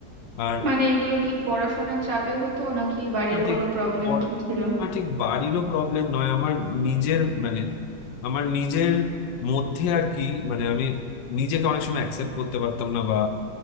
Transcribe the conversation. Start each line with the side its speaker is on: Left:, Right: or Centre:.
Left: আর
Right: মানে এগুলো কি পড়াশোনার চাপে হতো নাকি বাড়ির
Left: আমার ঠিক
Right: কোনো প্রবলেম
Left: পর-
Right: কি ছিল
Left: আমার ঠিক বাড়িরও প্রবলেম নয় আমার নিজের মানে আমার নিজের মধ্যে আর কি মানে আমি নিজেকে অনেক সময় অ্যাকসেপ্ট করতে পারতাম না বা